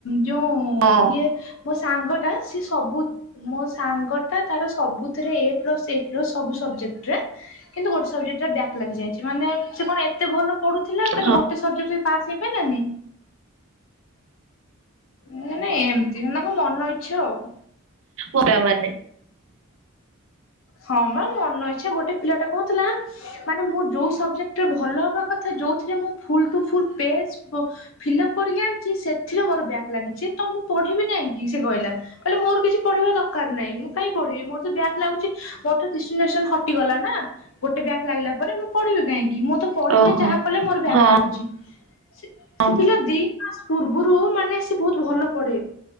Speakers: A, on the left; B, on the right.
A: ଯେଉଁ
B: ହଁ
A: ଇଏ ମୋ ସାଙ୍ଗ ଟା ସି ସବୁ ମୋ ସାଙ୍ଗଟା ତାର ସବୁଥିରେ ଏ ପ୍ଲସ୍ ଏ ପ୍ଲସ୍ ସବୁ ସବଜେକ୍ଟରେ। କିନ୍ତୁ ଗୋଟେ ସବଜେକ୍ଟ ରେ ବ୍ୟାକ୍ ଲାଗିଯାଇଛି ମାନେ ସେ କଣ ଏତେ ଭ ପଢୁଥିଲା ସେତ
B: ହଁ
A: ଗୋଟେ ସବଜେକ୍ଟରେ ପାସ ହେଇ ପାଇଲାନି। ମୁଁ ନା ଏମିତି ମନକୁ ମନଇଚ୍ଛା ଆଉ
B: ପୁରା ମାନେ
A: ହଁ ବା ମନ ଇଛା ଗୋଟେ ପିଲାଟା କହୁଥିଲା ମାନେ ମୁଁ ଯୋଉ ସବଜେକ୍ଟରେ ଭଲ ହବା କଥା ଯୋଉଥିରେ ମୁଁ ଫୁଲ ଟୁ ଫୁଲ ପେଜ ଅ ଫିଲପ କରିକି ଆଣିଛି, ସେଥିରେ ମୋର ବ୍ୟାକ ଲାଗିଛି ତ ମୁଁ ପଢିବି କାହିଁକି ସେ କହିଲା କହିଲା ମୋର କିଛି ପଢିବା ଦରକାର ନାହିଁ ମୁଁ କାଇଁ ପଢିବି ମୋର ତ ବ୍ୟାଗ ଲାଗୁଛି। ମୋର ତ ଡିଷ୍ଟିନେସନ ହଟିଗଲା ନା ଗୋଟେ ବ୍ୟାଗ ଲାଗିଲା ପରେ ମୁଁ ପଢିବି କାହିଁକି? ମୁଁ ତ ପଢିଲେ
B: ଓହୋ
A: ଯାହା କଲେ ମୋର ବ୍ୟାକ୍
B: ହଁ
A: ଲାଗୁଛି ସେ
B: ହଁ
A: ସେ ପିଲା ଦି ପୂର୍ବରୁ ମାନେ ସେ ବହୁତ ଭଲ ପଢେ।